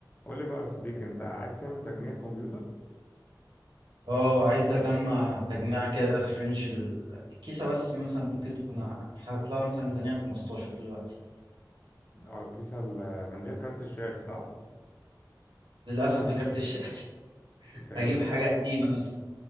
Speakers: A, on the left (about 25°); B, on the right (about 85°).
A: قول لي بقى يا صديقي انت عايز تعمل تجميع كمبيوتر
B: اه عايز اجمع تجميع كده في رينج ال- الكيسة بس مثلا ممكن تكون هتطلع مثلا ميزانية 15 دلوقتي
A: على الكيسة ال- من غير كارت الشاشة صح؟
B: للأسف بكارت الشاشة <laughs>
A: بكارت
B: هجيب حاجة قديمة مثلا